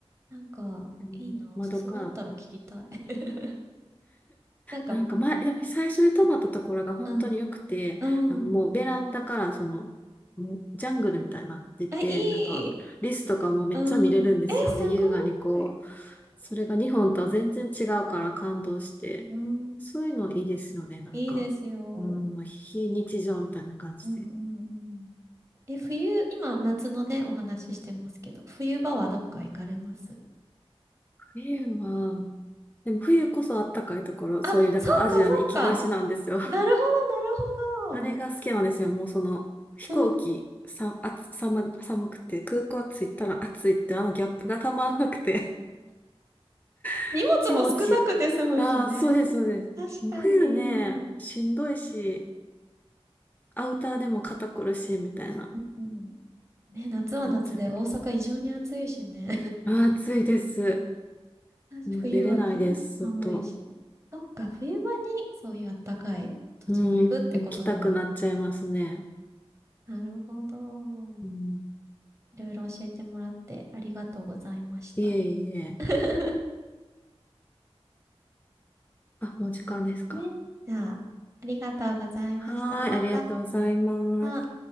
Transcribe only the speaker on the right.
なんか、
いいな。おすすめあったら聞きたい。<laughs> なんか、
うん。うん。
え、いい。
うん。え、すご
い。
うん。
いいですよ。うん
うんうん。え、冬、今、夏のね、お話ししてますけど、冬場はどっか行かれます
あ、
そうか、そうか。なるほど、なる
ほど。
うん。
荷物も少なくて済むしね。
確かに。
うんね、夏は夏で大阪異常に暑いしね。
確か冬はね、
寒いし。そっか、冬場にそういうあったかい土地に行くってことなんで。
なるほど。
いろいろ教えてもらってありがとうございました。
<laughs>
ね。じゃあ、ありがとうございました。
ま
た。